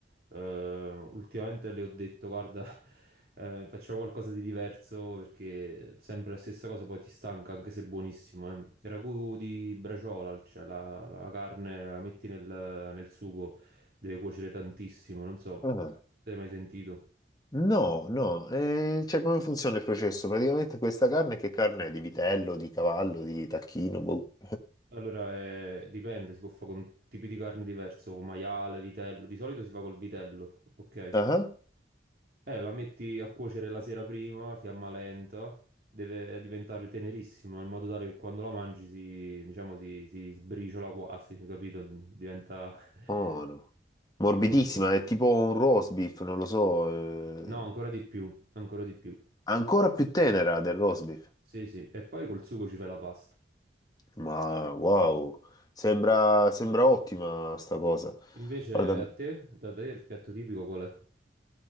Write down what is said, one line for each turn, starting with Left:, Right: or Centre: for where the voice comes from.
Right: eh, ultimamente le ho detto, guarda, <laughs> eh, facciamo qualcosa di diverso perché sempre la stessa cosa poi ti stanca, anche se è buonissimo. eh. Il ragù di braciola, cioè la, la carne la metti nel, nel sugo, deve cuocere tantissimo, non so,
Left: Ah.
Right: se l'hai mai sentito.
Left: No, no, eh, cioè come funziona il processo? Praticamente questa carne che carne è? Di vitello, di cavallo, di tacchino, boh.
Right: Allora, eh, dipende, si può fare con tipi di carne diverso, con maiale, vitello, di solito si fa col vitello, ok?
Left: Ah,
Right: Eh, la metti a cuocere la sera prima, a fiamma lenta, deve diventare tenerissima in modo tale che quando la mangi si, diciamo, si, si sbriciola quasi, capito? Diventa
Left: buono.
Right: <laughs>
Left: Morbidissima,
Right: buono, buono.
Left: è tipo un roast beef, non lo so, eh,
Right: No, ancora di più, ancora di più.
Left: ancora più tenera del roast beef.
Right: Sì, sì. E poi col sugo ci fai la pasta.
Left: Ma wow, sembra, sembra ottima sta cosa.
Right: Invece
Left: Guarda,
Right: a te, da te, il piatto tipico qual è?